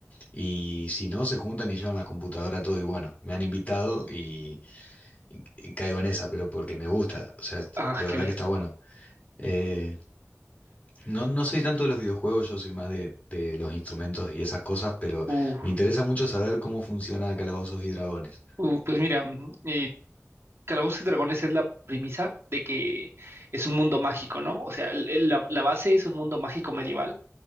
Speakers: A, on the left; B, on the right.
A: y si no, se juntan y llevan la computadora todo y bueno, me han invitado y, y- y caigo en esa, pero porque me gusta, o sea, est-
B: Ah,
A: de verdad
B: qué bien.
A: que está bueno. Eh, no, no soy tanto de los videojuegos, yo soy más de, de los instrumentos y esas cosas, pero
B: Uh,
A: me interesa mucho saber cómo funciona Calabozos y Dragones.
B: uh, pues mira, eh, Calabozos y Dragones es la premisa de que es un mundo mágico, ¿no? O sea, el- el- la, la base es un mundo mágico medieval